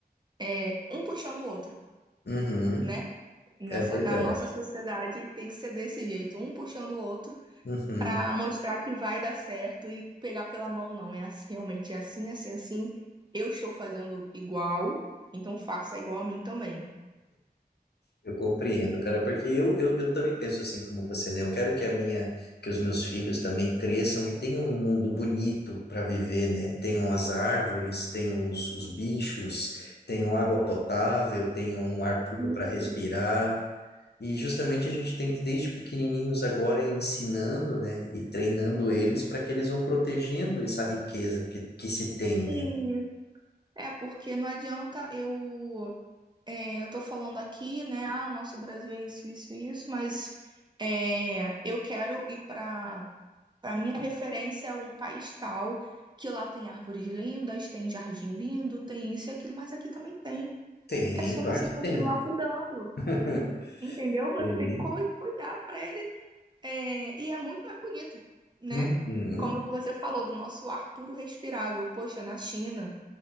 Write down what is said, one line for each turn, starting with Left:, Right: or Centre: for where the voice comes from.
Right: é um puxando o outro,
Left: Uhum,
Right: né? Nessa,
Left: é verdade.
Right: na nossa sociedade tem que ser desse jeito, um puxando o outro
Left: Uhum.
Right: para mostrar que vai dar certo e pegar pela mão, não. É assim, realmente é assim, assim, assim. Eu estou fazendo igual, então faça igual a mim também.
Left: Eu compreendo, cara, porque eu, eu, eu também penso assim como você, né? Eu quero que a minha, que os meus filhos também cresçam e tenham um mundo bonito para viver, né? Tenham as árvores, tenham os, os bichos, tenham água potável, tenham um ar puro para
Right: Isso,
Left: respirar. E justamente a gente tem que, desde pequenininhos agora, ir ensinando, né? E treinando eles para que eles vão protegendo essa riqueza que, que se tem,
Right: sim.
Left: né?
Right: É porque não adianta eu, é, eu tô falando aqui, né? Ah, o nosso Brasil é isso, isso, isso, mas é, eu quero ir para para minha referência é um país tal que lá tem árvores lindas, tem jardim lindo, tem isso e aquilo, mas aqui também tem.
Left: Tem,
Right: É só
Left: claro
Right: você
Left: que
Right: continuar
Left: tem.
Right: cuidando,
Left: <laughs>
Right: entendeu? Você
Left: Tem.
Right: tem que cui- cuidar para ele é, e é muito mais bonito, né?
Left: Uhum.
Right: Como você falou, do nosso ar puro respirável. Poxa, na China.